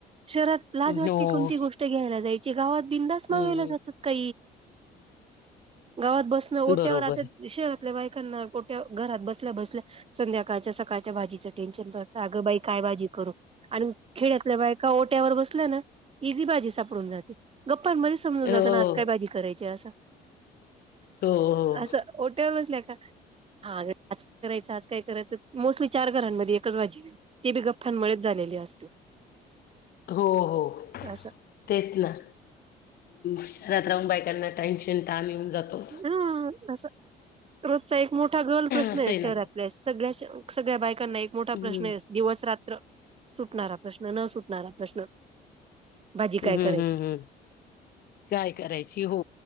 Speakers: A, on the right; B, on the left.
A: शहरात लाज
B: हो
A: वाटते कोणती गोष्ट घ्यायला जाय गावात बिंद
B: हम्म
A: माग जात का गावात ब ओट्यावर
B: बरोबर
A: आता शहरातल्या बायकांना कोट्या घरात बसल्या बसल्या संध्याकाळच्या सकाळच्या भाजीचं टेन्शन असत अगं बाई काय भाजी करू आणि खेड्यातल्या बायका ओट्यावर बसल्यान इझी बाजी सापडून जाते गप्पांमध्ये समजून
B: आहे
A: जात
B: हो
A: ना कराय अस
B: हो हो
A: अस टे नाही का हा अ आज काय करायचं आज काय करायचं मोस्टली चार घरांमध्ये एकच बाजी ते बि गप्या मुळेच झालेली असते
B: हो. हो.
A: असं
B: तेच ना शहरात राहून बायकांना टेन्शन, तान येऊन जातो.
A: हं. अस रोजचा एक मोठा गल प्रश्नयं
B: असं आहे ना
A: शहरातल्या सगळ्या -- सगळ्या बायकांना एक मोठा
B: हम्म
A: प्रश्न आहे दिवस रात्र सुटणारा प्रश्न न सुटणारा प्रश्न भाजी
B: म्म
A: काय
B: हम्म
A: करायची
B: हम् काय करायची हो